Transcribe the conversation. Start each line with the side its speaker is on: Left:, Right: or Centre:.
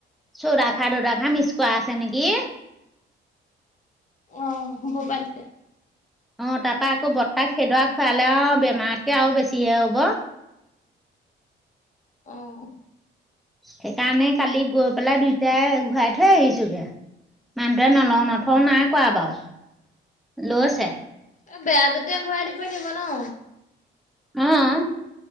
Centre: চৌদাখাৰ তৌদাখাৰ মিচ কৰা আছে নেকি।
Left: অ, হ'ব পাৰে তেতিয়া।
Centre: অ, তাৰপৰা আকৌ বত্তাক সেইদোৱা খুৱাই লৈ আৰু বেমাৰতকে আৰু বেছিহে হ'ব।
Left: অহ।
Centre: সেইকাৰণে কালি গৈ
Left: তাকেহে
Centre: পেলাই দুইটাই ঘূৰাই থৈ আহিছোগে। মানুহটোৱে নলও, নথওঁ নাই কোৱা বাৰু লৈছে।
Left: এই বেয়া যেতিয়া ঘূৰাই দিবই লাগিব ন।
Centre: হম।